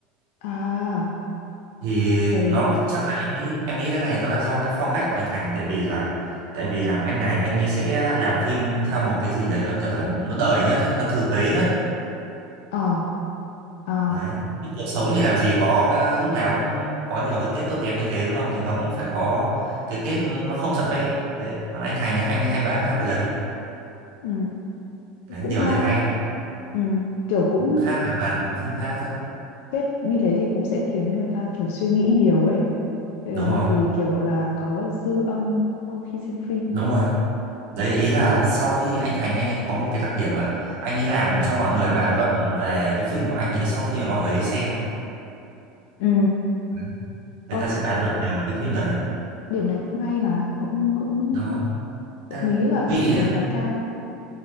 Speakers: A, on the left (about 75°); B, on the right (about 75°).
A: à à
B: thì
A: ồ
B: nó chắc là em nghĩ em nghĩ cái này nó là do cái phong cách của anh Thành tại vì là tại vì là anh này anh ấy sẽ làm phim theo một cái gì đấy nó kiểu là nó đời nhất ấy nó thực tế nhất
A: ờ à,
B: đấy Chứ cuộc sống thì làm gì có cái, lúc nào cũng có nhiều cái kết tốt đẹp như thế đúng không thì nó cũng phải có cái kết nó không trọn vẹn đấy còn anh Thành thì anh hay bám theo cái đấy
A: ừ.
B: đấy
A: cũng
B: điều
A: hay
B: đấy hay lắm
A: ừ. kiểu cũng
B: khác hoàn toàn với phim khác đấy
A: kết như thế thì cũng sẽ khiến người ta kiểu suy nghĩ nhiều ấy Ờ,
B: đúng rồi
A: thì kiểu gọi là có dư âm sau khi xem phim
B: đúng rồi Đấy ý là sau khi anh Thành anh ấy có một cái đặc điểm là anh ấy làm cho mọi người bàn luận về cái phim của anh ấy sau khi mà mọi người đi xem.
A: Ừ.
B: Đấy. Người
A: Ơ,
B: ta sẽ
A: cái-
B: bàn luận nhiều về cái phim đấy.
A: điểm này cũng hay mà cũng cũng
B: Đó.
A: cũng
B: Cái
A: mỹ là
B: vị
A: đánh giá cao